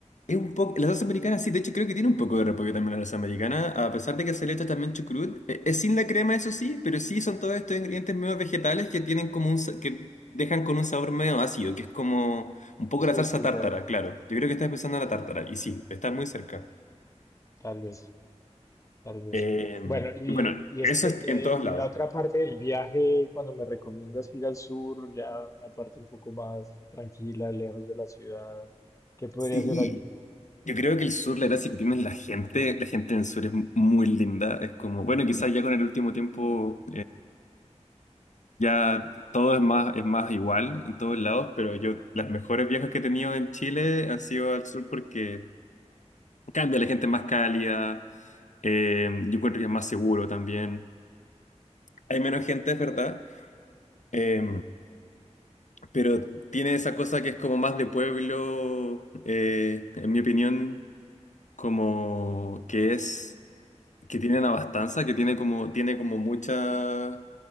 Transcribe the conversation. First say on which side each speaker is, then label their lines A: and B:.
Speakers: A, on the left; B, on the left.
A: Es un poco, la salsa americana sí, de hecho creo que tiene un poco de repollo también la salsa americana, a pesar de que se le echa también chucrut, Eh, es sin la crema eso sí, pero sí son todos estos ingredientes medio vegetales que tienen como un, sa- que dejan con un sabor medio ácido, que es como un poco
B: Sí,
A: la salsa
B: sí,
A: tártara,
B: ya, ya
A: claro,
B: entiendo.
A: yo creo que estás pensando en la tártara, y sí, está muy cerca.
B: Tal vez. Tal vez.
A: Eh,
B: Bueno, y,
A: bueno,
B: y,
A: eso
B: esta
A: es
B: y,
A: en
B: eh,
A: todos
B: y
A: lados.
B: la otra parte del viaje, cuando me recomiendas ir al sur, ya una parte un poco más tranquila, lejos de la ciudad, ¿qué podría
A: Sí.
B: ser allí?
A: Yo creo que el sur, la gracia que tiene es la gente, la gente en el sur es muy linda, es como, bueno, quizás ya con el último tiempo Ya todo es más, es más igual en todos lados, pero yo las mejores viajes que he tenido en Chile han sido al sur porque cambia, la gente es más cálida, eh, yo encuentro que es más seguro también. Hay menos gente, es verdad, eh, pero tiene esa cosa que es como más de pueblo, eh, en mi opinión, como que es... que tienen abastanza, que tiene como, tiene como mucha